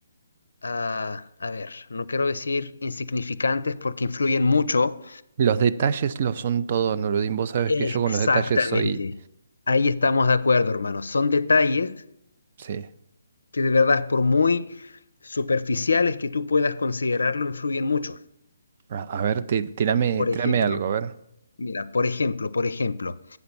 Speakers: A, on the left (about 75°); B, on the right (about 40°).
A: ah, a ver, no quiero decir insignificantes porque influyen mucho.
B: los detalles lo son todo, Nureddin. Vos sabés
A: Exactamente.
B: que yo con los detalles soy...
A: Ahí estamos de acuerdo, hermano. Son detalles
B: Sí.
A: que de verdad, por muy superficiales que tú puedas considerarlo, influyen mucho.
B: A a ver, ti- tirame,
A: Mira, Por ejemplo,
B: tirame algo, a ver.
A: mira, por ejemplo, por ejemplo,